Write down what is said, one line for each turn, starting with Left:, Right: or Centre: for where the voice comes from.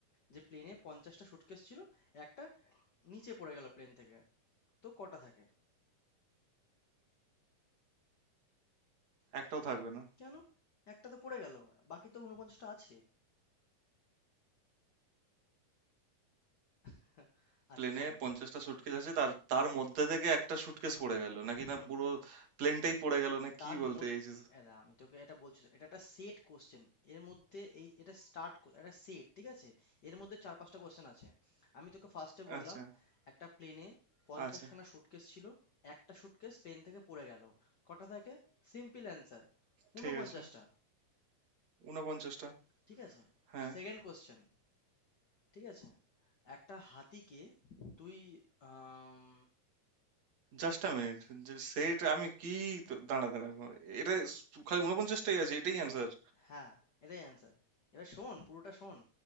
Left: যে প্লেনে পঞ্চাশটা সুটকেস ছিল, একটা নিচে পড়ে গেল প্লেন থেকে। তো কটা থাকে?
Right: একটাও থাকবে না
Left: কেন? একটা তো পড়ে গেল, বাকি তো ঊনপঞ্চাশটা আছে। <laughs> আচ্ছা
Right: প্লেনে
Left: শোন,
Right: পঞ্চাশটা সুটকেস আছে তার তার মধ্যে থেকে একটা সুটকেস পড়ে গেল নাকি
Left: হুম
Right: না পুরো প্লেনটাই পড়ে গেল না
Left: তার
Right: কি বলতে
Left: মধ্যে
Right: চাইছিস
Left: দাঁড়া আমি তোকে এটা বলছি তো, এটা একটা সেট কোশ্চেন এর মধ্যে এই এটা স্টার্ট একটা সেট ঠিক আছে এর মধ্যে চার পাঁচটা কোশ্চেন আছে আমি তোকে ফার্স্টে বললাম
Right: আচ্ছা
Left: একটা প্লেনে পঞ্চাশখানা
Right: আচ্ছা
Left: সুটকেস ছিল একটা সুটকেস প্লেন থেকে পড়ে গেল কটা থাকে Simple answer ঊনপঞ্চাশটা
Right: ঠিক আছে উনপঞ্চাশটা
Left: ঠিক আছে
Right: হ্যাঁ
Left: সেকেন্ড কোশ্চেন ঠিক আছে একটা হাতিকে তুই আম,
Right: জাস্ট আ মিনিট সেট আমি কি দাঁড়া দাঁড়া এটা খালি উনপঞ্চাশটাই আছে এটাই অ্যান্সার
Left: হ্যাঁ, এটাই অ্যানসার। এবার শোন, পুরোটা শোন।